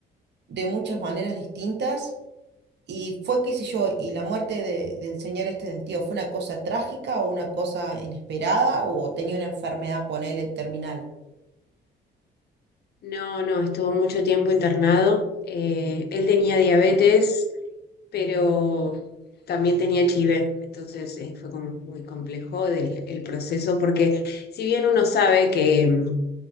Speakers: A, on the right; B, on the left.
A: de muchas maneras distintas. Y fue, qué sé yo, y la muerte de- del señor este del tío, ¿fue una cosa trágica o una cosa inesperada o tenía una enfermedad, ponele, terminal?
B: No, no, estuvo mucho tiempo internado. Eh, él tenía diabetes pero también tenía HIV, entonces eh, fue como muy complejo del- el proceso, porque si bien uno sabe que, mm,